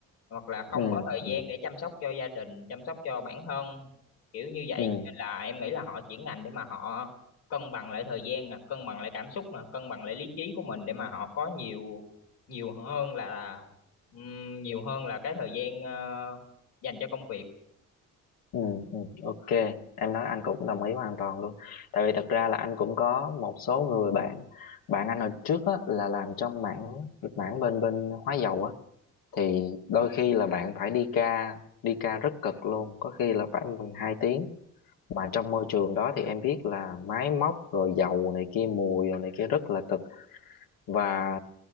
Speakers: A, on the left; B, on the left.
A: hoặc là không
B: ừ
A: có thời
B: ừ
A: gian để chăm sóc cho gia đình chăm sóc cho bản thân kiểu như vậy
B: ừ.
A: nên là em nghĩ là họ chuyển ngành để mà họ cân bằng lại thời gian nè cân bằng lại cảm xúc nè cân bằng lại lý trí của mình để mà họ có nhiều nhiều hơn là ừm, nhiều hơn là cái thời gian ờ, dành cho công việc
B: Ừ, ừ, ok em nói anh cũng đồng ý hoàn toàn luôn tại vì thật ra là anh cũng có một số người bạn bạn anh hồi trước á, là làm trong mảng mảng bên bên hóa dầu á thì đôi khi là bạn phải đi ca đi ca rất cực luôn có khi là phải 12 tiếng mà trong môi trường đó thì em biết là máy móc rồi dầu này kia mùi rồi này kia rất là cực và